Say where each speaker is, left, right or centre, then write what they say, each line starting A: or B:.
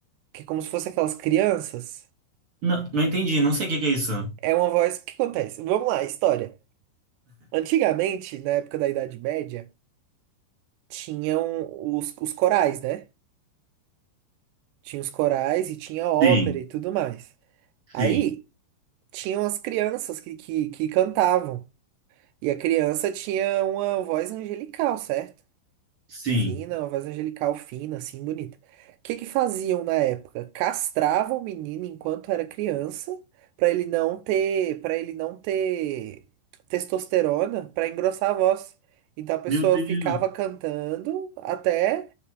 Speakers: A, on the right; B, on the right.
A: Que é como se fosse aquelas crianças.
B: Não, não entendi, não sei o que que é isso.
A: É uma voz. O que acontece? Vamos lá, história. Antigamente, na época da Idade Média, tinham os, os corais, né? Tinha os corais e tinha ópera
B: Sim,
A: e tudo mais. Aí,
B: sim,
A: tinham as crianças que, que, que cantavam. E a criança tinha uma voz angelical, certo?
B: sim.
A: Fina, uma voz angelical fina, assim, bonita. O que que faziam na época? Castravam o menino enquanto era criança, para ele não ter, para ele não ter testosterona, para engrossar a voz. Então a pessoa
B: Meu Deus.
A: ficava cantando até